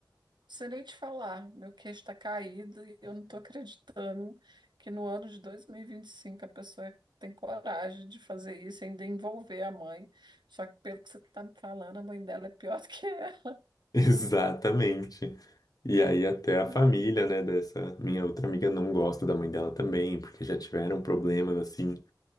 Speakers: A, on the right; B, on the left.
A: sem nem te falar, meu queixo tá caído e eu não tô acreditando que no ano de dois mil e e vinte e cinco a pessoa tem coragem de fazer isso, e ainda envolver a mãe. Só que pelo que você tá me falando, a mãe dela é pior <laughs> do que ela.
B: <laughs> Exatamente. E aí até a
A: <laughs>
B: família, né, dessa minha outra amiga não gosta da mãe dela também, porque já tiveram problemas assim,